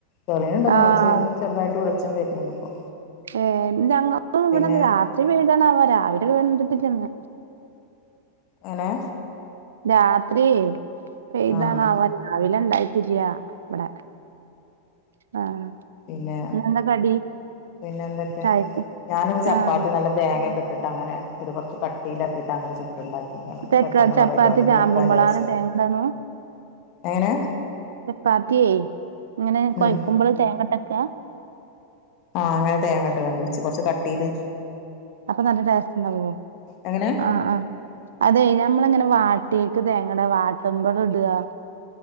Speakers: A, on the left; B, on the right.
A: തെളിയ്ണ്ട് തോന്ന്ണ്ട്
B: ആഹ്
A: ഒര് സൈഡിന്ന് ചെർതായിട്ട് വെളിച്ചം വര്ണ്‌ണ്ട് ഇപ്പൊ.
B: ഏഹ് ഞങ്ങക്കും ഇവടെ
A: പിന്നെ
B: രാത്രി പെയ്തണാവോ രാവിലെയൊക്കെ കണ്ടിട്ടില്ലന്ന്.
A: എങ്ങനെ
B: രാത്രി പെയ്താണാവോ
A: ആഹ്
B: രാവിലെ ഇണ്ടായിട്ടില്ല. ഇവിടെ ആഹ്
A: ഇല്ലാ
B: ഇന്നെന്താ കടി
A: പിന്നന്തൊക്ക
B: ചായക്ക്
A: ഞാനിന്ന് ചപ്പാത്തി
B: ആഹ്
A: നല്ല തേങ്ങൊക്കെ ഇട്ടിട്ട് അങ്ങനെ ഒരു കൊർച് ക തീ കഴിച്ചിട്ട് അങ്ങനെ ചുട്ട്ണ്ടാക്കിക്കാണ് ഇന്ന്
B: തെക്ക
A: പെട്ടന്ന്ള്ള
B: ചപ്പാത്തി
A: പരിവാടി
B: ചാമ്പുമ്പളാണ്
A: തീർക്കാചാരിച്ചിട്ടെ
B: തേങ്ങടണു
A: എങ്ങനെ
B: ചപ്പാത്തിയേ ഇങ്ങനെ കൊയക്കുമ്പള്
A: ഉം
B: തേങ്ങട്ട് വെക്ക
A: ആഹ് അങ്ങനെ തേങ്ങട്ട്ങ്ങാണ്ട് വെച്ച് കൊർച്ച് കട്ടീല്.
B: അപ്പൊ നല്ല ടേസ്റ്റ്ണ്ടാവോ
A: എങ്ങനെ
B: ആഹ് ആഹ്. അതെയ് ഞമ്മളിങ്ങനെ വാട്ടീക്ക് തേങ്ങടാ വാട്ടുമ്പൾ ഇടാ